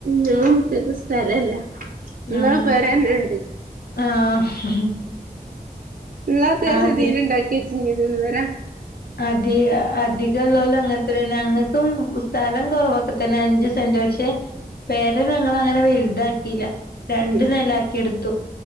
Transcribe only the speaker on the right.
ഞാ മുറ്റത്ത് സ്ഥലല്ല എന്നാ
പെരേന്നെണ്ട്
ഉള്ള അത്യാവശ്യം
തീരെ ഇണ്ടാക്കി വെച്ച് ഇതുവരെ
ഉം